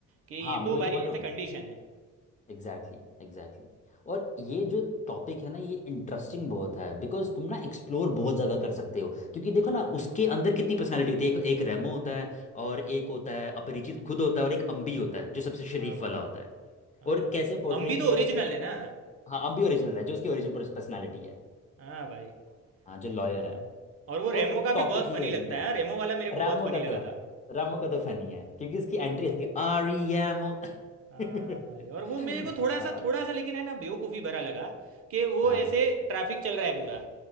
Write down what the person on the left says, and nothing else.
हाँ मैं
वही
तो बोल रहा
हूँ
Exactly exactly और ये जो टॉपिक है ना ये इंटरेस्टिंग बहुत है बिकॉज तुम ना एक्सप्लोर बहुत ज़्यादा कर सकते हो क्योंकि देखो
ना
उसके अंदर कितनी पर्सनैलिटी होती है एक एक रेमो होता है और एक होता है अपरिचित खुद होता है और एक अम्बी होता है जो सबसे शरीफ
वाला होता है
और
कैसे पोर्ट्रे
किया
हुआ है कि जो
हाँ अम्बी ओरिजिनल है जो उसकी ओरिजिनल पर्सनैलिटी है
हाँ जो लॉयर
है
और
टॉपिक
भी
अजीब
है
रामो
का
तो
रामो का तो फनी है क्योंकि उसकी एंट्री ऐसी थी आर ई एम ओ
<laughs>
हाँ
हाँ